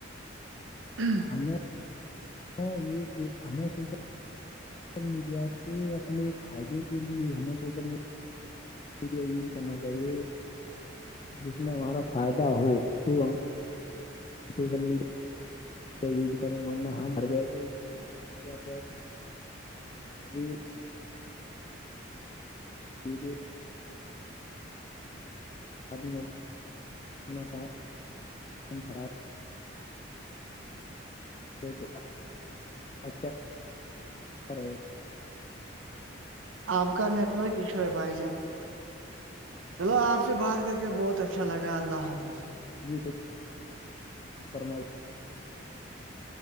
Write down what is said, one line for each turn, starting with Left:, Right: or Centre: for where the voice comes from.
Right: ہوں
Left: ہم یہ ہمیں سوچا سوشل میڈیا سے اپنے فائدے کے لیے ہمیں سوشل میڈیا میڈیا یوز کرنا چاہیے جس میں ہمارا فائدہ ہو تو ہم سوشل میڈیا یوز کرنے ورنہ ہم بیٹھے ہی سوشل میڈیا پر جی ویڈیو آدو ہمنا ٹائم م خراب کر تو اچھا پے
Right: آپ کا نیٹورک کھو ہے بھائی جان چلو آپ سے بات کر کے بہت اچھا لگا اللہ حافظ
Left: جی کچھ کچھ فرمائی